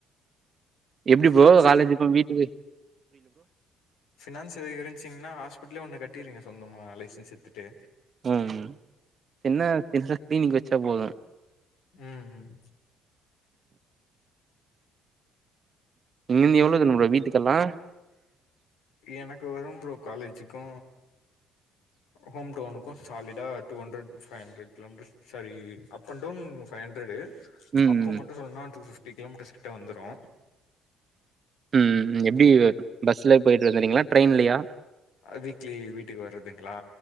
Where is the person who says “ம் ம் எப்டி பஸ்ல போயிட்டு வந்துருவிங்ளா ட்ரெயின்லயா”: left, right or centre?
Right